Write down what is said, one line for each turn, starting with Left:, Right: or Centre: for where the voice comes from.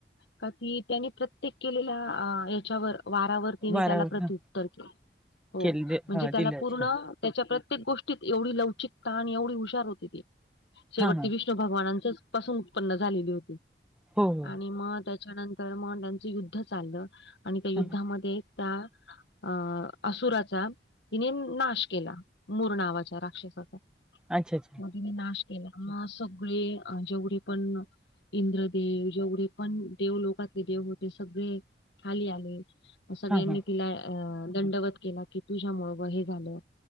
Left: का कि त्यानी प्रत्येक केलेल्या याच्यावर वारावर. त्या
Centre: बारावर
Left: प्रत्युत्तर
Centre: हां
Left: के हो
Centre: केले
Left: म्हणजे
Centre: हां
Left: त्याला
Centre: दिलं
Left: पूर्ण
Centre: असतं
Left: <unintelligible> त्याच्या प्रत्येक गोष्टीत एवढी लवचिकता, आणि एवढी हुशार होती ती शेवटती
Centre: हां हां
Left: वि भगवानाच पासून उत्पन्न झालेली.
Centre: हो हो
Left: आणि त्या त्याच्यानंतर त्यांचं युद्ध चाललं आणि त्या,
Centre: हां हां.
Left: त्या, अ असुराचा तिने नाश केला? मूर नावाच्या राक्षसाचा,
Centre: अच्ा अ्ा?
Left: मध्ये नाश केला, मग सगळे जेवढे पण इंद्रदेव जेवढे पण देव लोकातले देव होते, सगळे खाली आले? सगळ्यांनी
Centre: हां हां
Left: तिला दंडवत केला, की तुझ्या मु हे झालं